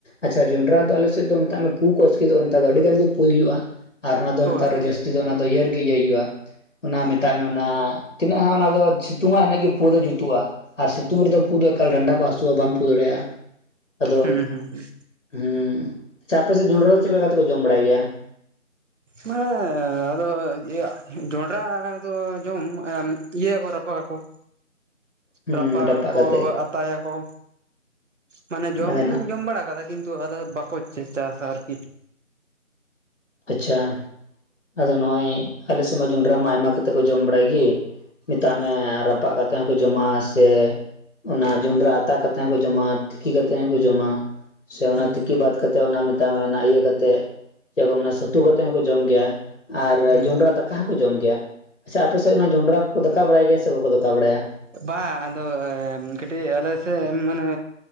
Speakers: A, on the left; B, on the right.
A: ᱟᱪᱪᱷᱟ ᱡᱩᱱᱰᱨᱟ ᱫᱚ ᱟᱞᱮ ᱥᱮᱫ ᱫᱚ ᱢᱮᱛᱟᱜ ᱢᱮ ᱯᱩ ᱠᱚ ᱟᱥᱠᱤᱛᱚᱜᱼᱟ ᱱᱮᱛᱟᱨ ᱫᱚ ᱟᱹᱰᱤ ᱜᱟᱱ ᱜᱮ ᱯᱩᱭ ᱦᱩᱭᱩᱜᱼᱟ᱾ ᱟᱨ ᱚᱱᱟ ᱫᱚ
B: ᱦᱳᱭ
A: ᱱᱮᱛᱟᱨ
B: ᱦᱳᱭ
A: ᱫᱚ ᱡᱟᱹᱥᱛᱤ ᱫᱚ ᱚᱱᱟ ᱫᱚ ᱤᱭᱟᱹᱨ ᱜᱮ ᱤᱭᱟᱹᱭ ᱦᱩᱭᱩᱜᱼᱟ᱾ ᱚᱱᱟ ᱢᱮᱛᱟᱜ ᱢᱮ ᱚᱱᱟ ᱛᱤᱱᱟᱹᱜ ᱦᱟᱸᱜ ᱚᱱᱟ ᱫᱚ ᱥᱤᱛᱩᱝᱟ ᱤᱱᱟᱹᱜ ᱜᱮ ᱯᱩ ᱫᱚ ᱡᱩᱛᱩᱜᱼᱟ᱾ ᱟᱨ ᱥᱤᱛᱩᱝ ᱨᱮᱫᱚ ᱯᱩ ᱫᱚ ᱮᱠᱟᱞ ᱰᱟᱸᱰᱟ ᱠᱚ ᱦᱟᱹᱥᱩᱣᱟ ᱵᱟᱢ ᱯᱩ ᱫᱟᱲᱮᱭᱟᱜᱼᱟ᱾ ᱟᱫᱚ
B: ᱦᱩᱸ ᱦᱩᱸ ᱦᱩᱸ
A: ᱦᱩᱸ, ᱟᱪᱪᱷᱟ ᱟᱯᱮ ᱥᱮᱫ ᱡᱚᱱᱰᱨᱟ ᱫᱚ ᱪᱮᱫ ᱞᱮᱠᱟ ᱠᱟᱛᱮ ᱠᱚ ᱡᱚᱢ ᱵᱟᱲᱟᱭ ᱜᱮᱭᱟ?
B: ᱢᱟᱱᱮ ᱟᱫᱚ ᱤᱭᱟᱹ ᱡᱚᱱᱰᱨᱟ ᱫᱚ ᱡᱚᱢ ᱮᱢ ᱤᱭᱟᱹᱭᱟᱠᱚ ᱨᱟᱯ ᱯᱟ ᱜᱟᱠᱚ᱾
A: ᱦᱩᱸ
B: ᱨᱟᱯᱟᱜᱟ
A: ᱨᱟᱯᱟᱜ
B: ᱠᱚ
A: ᱠᱟᱛᱮᱫ
B: ᱟᱛᱟᱭᱟᱠᱚ, ᱢᱟᱱᱮ ᱡᱚᱢ
A: ᱟᱫᱮᱱᱟᱜ
B: ᱫᱩᱧ ᱡᱚᱢ ᱵᱟᱲᱟ ᱠᱟᱫᱟ ᱠᱤᱱᱛᱩ ᱟᱞᱮ ᱵᱟᱠᱚ ᱪᱮ ᱪᱟᱥᱟ ᱟᱨᱠᱤ᱾
A: ᱟᱪᱪᱷᱟ ᱟᱫᱚ ᱱᱚᱜᱼᱚᱭ ᱟᱞᱮ ᱥᱮᱫ ᱢᱟ ᱡᱚᱱᱰᱨᱟ ᱢᱟ ᱟᱭᱢᱟ ᱠᱟᱛᱮ ᱠᱚ ᱡᱚᱢ ᱵᱟᱲᱟᱭ ᱜᱮ᱾ ᱢᱮᱛᱟᱜ
B: ᱦᱩᱸ
A: ᱢᱮ ᱨᱟᱯᱟᱜ ᱠᱟᱛᱮ ᱦᱚᱸᱠᱚ ᱡᱚᱢᱟ ᱥᱮ ᱚᱱᱟ ᱡᱚᱱᱰᱨᱟ ᱟᱛᱟ ᱠᱟᱛᱮ ᱦᱚᱸᱠᱚ ᱡᱚᱢᱟ ᱛᱤᱠᱤ ᱠᱟᱛᱮᱫ ᱦᱚᱸᱠᱚ ᱡᱚᱢᱟ᱾ ᱥᱮ ᱚᱱᱟ
B: ᱦᱩᱸ
A: ᱛᱤᱠᱤ ᱵᱟᱫ ᱠᱟᱛᱮᱫ ᱚᱱᱟ ᱢᱮᱛᱟᱜ ᱢᱮ ᱚᱱᱟ ᱤᱭᱟᱹ ᱠᱟᱛᱮᱫ ᱪᱮᱫ ᱠᱚ ᱢᱮᱱᱟ ᱥᱟᱹᱛᱩ ᱠᱟᱛᱮᱫ ᱦᱚᱸᱠᱚ ᱡᱚᱢ ᱜᱮᱭᱟ ᱟᱨ
B: ᱦᱩᱸ
A: ᱡᱚᱱᱰᱨᱟ ᱫᱟᱠᱟ ᱠᱚ ᱡᱚᱢ ᱜᱮᱭᱟ, ᱟᱪᱪᱷᱟ ᱟᱯᱮ ᱥᱮᱫ ᱚᱱᱟ ᱡᱚᱱᱰᱨᱟ ᱠᱚᱠᱚ ᱫᱟᱠᱟ ᱵᱟᱲᱟᱭ ᱜᱮᱭᱟ ᱥᱮ ᱵᱟᱠᱚ ᱫᱟᱠᱟ ᱵᱟᱲᱟᱭᱟ?
B: ᱵᱟ ᱟᱫᱚ ᱮᱢ ᱠᱟᱹᱴᱤᱡ ᱟᱞᱮ ᱥᱮᱫ ᱢᱟᱱᱮ